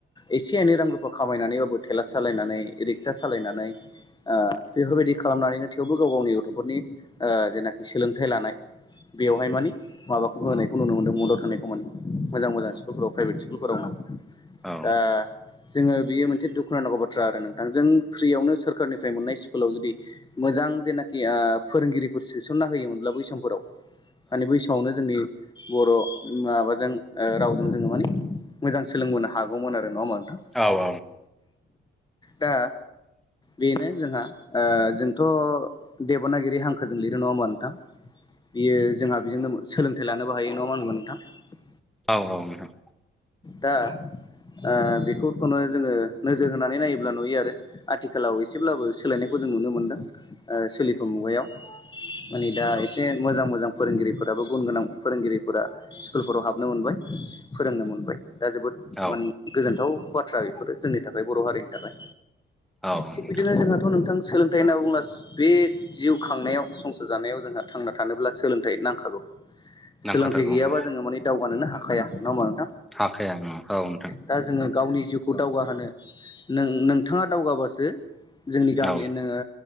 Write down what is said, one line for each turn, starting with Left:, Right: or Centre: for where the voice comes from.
Left: एसे एनै रां रुफा खामायनानैबाबो थेला सालायनानै रिकसा सालायनानै ओ बेफोरबायदि खालामनानैनो थेवबो गाव गावनि गथ'फोरनि ओ जेनाखि सोलोंथाइ लानाय बेवहाय माने माबाखौ होनायखौ नुनो मोनदों मदद होनायखौ माने। मोजां मोजां सकुलाव प्राइभे स्कुलफोराव
Centre: औ।
Left: दा जोङो बियो मोनसे दुखुनां नांगौ बाथ्रा आरो नोंथां जों फ्रियावनो सोरखारनिफ्राय मोननाय स्कुलाव जुदि मोजां जेनाखि ओ फोरोंगिरिफोर सोसनना होयोमोनब्ला बै समफोराव माने बैसमावनो जोंनि बर' माबाजों ओ रावजों जोङो माने मोजां सोलोंबोनो हागौमोन आरो नङा होमबा। नोंथां
Centre: औ -औ।
Left: दा बेनो जोंहा ओ जोंथ' देब'नागिरि हांखोजों लिरो नङा होमा नोंथां?
Centre: <inaudible>
Left: बियो जोंहा बिजोंनो सोलोंथाइ लानोबो हायो नङा मा होनगोन नोंथां।
Centre: औ - औ।
Left: दा ओ बेफोरखौनो जोङो नोजोर होनानै नायोब्ला नुयो आरो आ आथिखालाव एसेब्लाबो सोलायनायखौ जों नुनो मोनदों। ओ सोलिफु मुगायाव माने दा एसे मोजां मोजां फोरोंगिरिफोराबो गुन गोनां फोरोंगिरिफोरा स्कुलफोराव हाब हाबनो मोनबाय फोरोंनो मोनबाय दा जोबोद
Centre: औ
Left: माने
Centre: औ
Left: गोजोनथाव बाथ्रा बेफोर जोंनि थाखाय बर' हारिनि थाखाय
Centre: औ नोंथां
Left: थिग बिदिनो जोंहाथ' नोंथां सोलोंथाइ होनना बुंङोब्ला बे जिउ खांनायाव संसार जानायाव जोंहा थांना थानोब्ला सोलोंथाइ नांखागौ।
Centre: <inaudible>
Left: सोलोंथाइ गैयाबा
Centre: औ
Left: जोङो माने दावगानोनो हाखाया नङा होमबा नोंथां
Centre: हाखाया औ नोंथां
Left: दा जोङो। गावनि जिउखौ दावगाहोनो नों नोंथाङा दावगाबासो जोंनि गामियानो
Centre: औ